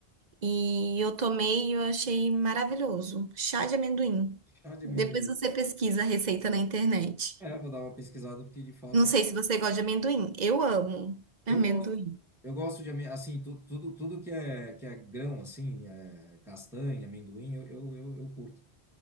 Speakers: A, on the right; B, in the centre.
A: E eu tomei e eu achei maravilhoso. Chá de amendoim.
B: Chá de
A: Depois
B: amendoim.
A: você pesquisa a receita na internet.
B: É, vou dar uma pesquisada, porque de fato
A: Não sei se você gosta de amendoim. Eu amo amendoim.
B: eu gosto. Eu gosto de, ame- assim, tu, tudo, tudo que é, que é grão, assim, é, castanha, amendoim, eu, eu, eu, eu curto.